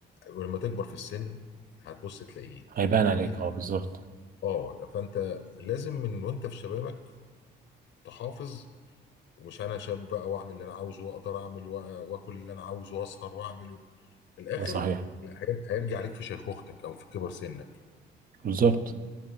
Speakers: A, on the left; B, on the right.
A: ولما تكبر في السن هتبص تلاقيه
B: هيبان
A: يعني
B: عليك اه بالظبط
A: اه فانت لازم من وانت في شبابك تحافظ ومش انا شاب بقى واعمل اللي انا عاوزه واقدر اعمل وأ- واكل اللي انا عاوزه واسهر واعمله في الاخر
B: ده صحيح
A: لا هير- هيرجع عليك في شيخوختك او في كبر سنك
B: بالظبط